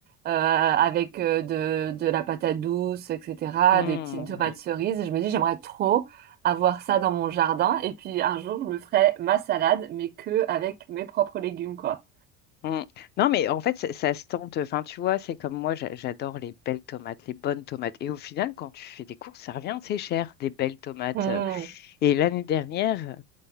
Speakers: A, on the right; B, on the left.
A: euh, avec euh, de, de la patate douce, etc.,
B: Mm,
A: des petites tomates
B: oui.
A: cerises. Je me dis, j'aimerais trop avoir ça dans mon jardin. Et puis, un jour, je me ferai ma salade, mais que avec mes propres légumes, quoi.
B: Mm. Non, mais en fait, ça, ça se tente. Enfin, tu vois, c'est comme moi, j'a- j'adore les belles tomates, les bonnes tomates. Et au final, quand tu fais des courses, ça revient, c'est cher, des belles tomates.
A: Hmm.
B: Et l'année dernière,